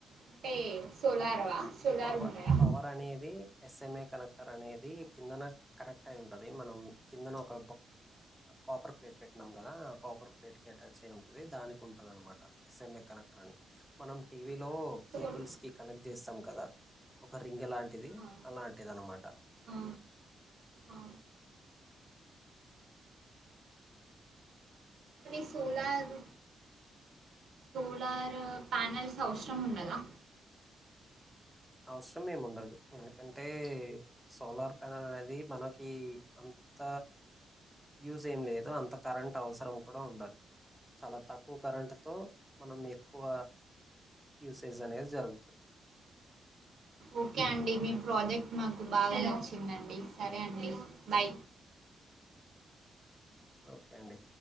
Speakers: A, on the right; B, in the centre.
A: అంటే సోలార్వా సోలార్
B: పవర్
A: ఉంటాయా
B: పవర్ అనేది ఎస్ఎంఏ కనెక్టర్ అనేది, కిందన కనెక్ట్ అయి ఉంటంది, మనం కిందన ఒక కాపర్ ప్లేట్ పెట్టినాం కదా ఆ కాపర్ ప్లేట్ కి అటాచ్ అయి ఉంటది దానికి ఉంటది అనమాట, ఎస్ఎంఏ కనెక్టర్ అని మనం లో
A: సోల్
B: కేబుల్స్ కి కనెక్ట్ చేస్తాం కదా ఒక రింగ్ ఎలాంటిది
A: ఆ,
B: అలాంటిది అనమాట
A: ఆ, ఆ, అనీ సోలార్ సోళార్ పనల్స్ అవసరం ఉండదా
B: అవసరం ఏమి ఉండదు ఎందుకంటే, సోలార్ పనల్ అనేది మనకి అంత యూజ్ ఏం లేదు, అంత కరెంట్ అవసరం కూడా ఉండదు, చాలా తక్కువ కరెంట్తో మనం ఎక్కువ యూసేజ్ అనేది జరుగుతుంది
A: ఓకే అండి మీ ప్రాజెక్ట్ మాకు బాగా నచ్చిందండి సరే అండి బై
B: ఓకే అండి